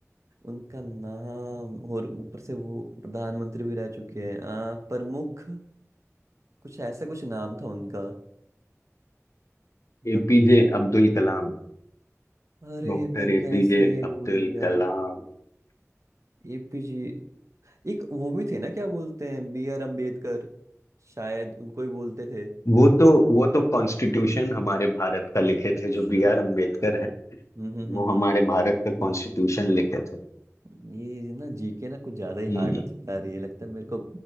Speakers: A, on the right; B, on the left.
A: उनका नाम और ऊपर से वो प्रधानमंत्री भी रह चुके हैं आ, प्रमुख कुछ ऐसा कुछ नाम था उनका
B: <laughs>
A: व्यक्ति
B: APJ Abdul Kalam
A: अरे
B: doctor
A: मैं
B: APJ
A: कैसे भूल
B: Abdul
A: गया
B: Kalam
A: एपीजे एक वो भी थे ना क्या बोलते हैं बी आर अम्बेडकर शायद उनको ही बोलते थे
B: वो तो वो तो कॉन्स्टिट्यूशन हमारे भारत का लिखे
A: अच्छा
B: थे जो बी आर अम्बेडकर हैं
A: हम्म हम्म हम्म
B: वो हमारे भारत का कॉन्स्टिट्यूशन लिखे थे
A: हम्म। ये ना जीके ना कुछ ज्यादा ही
B: हम्म
A: हार्ड होता जा रही है लगता है मेरे को